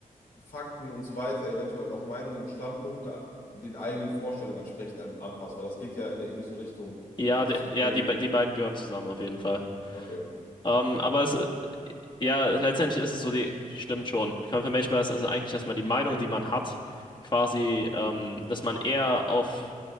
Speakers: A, on the left; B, on the left.
A: Fakten und so weiter, eventuell auch Meinungen und Standpunkte den eigenen Vorstellungen entsprechend an- anpasst, weil das geht ja in eine ähnliche Richtung
B: Ja, der,
A: zu dem.
B: ja die, be- die beiden gehören zusammen auf jeden Fall.
A: Okay.
B: Ähm, aber es, Ja, letztendlich ist es so, die stimmt schon. Confirmation Bias ist also eigentlich, dass man die Meinung, die man hat, quasi, ähm, dass man eher auf